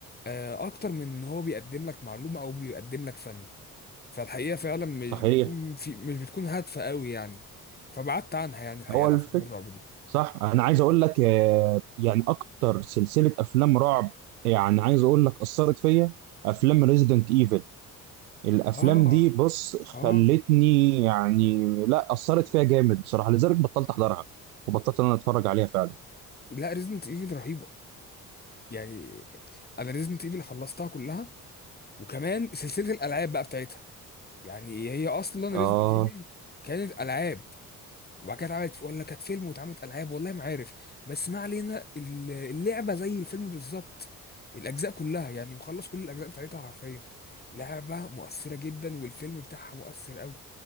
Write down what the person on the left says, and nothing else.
آه، اكتر من ان هو بيقدم لك معلومه او بيقدم لك فن فالحقيقه فعلا مش
بيكون في مش بتكون هادفه قوي يعني فبعدت عنها يعني الحقيقه
الافلام
الرعب دي
اه
اه
لا ريزنت ايفل رهيبه يعني انا ريزنت ايفل خلصتها كلها وكمان سلسله الالعاب بقى بتاعتها يعني هي اصلا
ريزنت ايفل كانت العاب وبعد كده اتعملت ولا كانت فيلم واتعملت العاب والله ما عارف بس ما علينا ال- اللعبه زي الفيلم بالظبط الاجزاء كلها يعني مخلص كل الاجزاء بتاعتها حرفيا لعبه مؤثره جدا والفيلم بتاعها مؤثر قوي